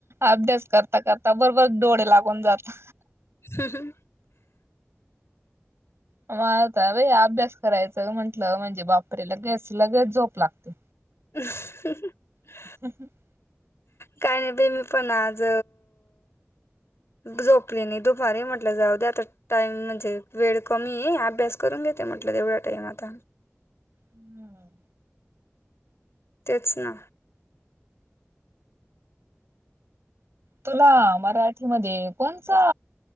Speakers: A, on the right; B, on the left.
A: अभ्यास करता करता बरोबर डोळे लागून जातात.
B: हम हं <unintelligible>
A: म आता बई अभ्यास करायचं म्हटलं म्हणजे, बापरे लगेस लगेच झोप लागते.
B: <inaudible>
A: <inaudible>
B: काही नाही बई. मी पण आज झोपली नही दुपारी. म्हटलं जाऊ द्या आता टाईम म्हणजे वेळ कमीये. अभ्यास करून घेते म्हटलं. तेवढा टाईम आता.
A: हम्म.
B: तेच ना.
A: तुला मराठीमध्ये कोणचा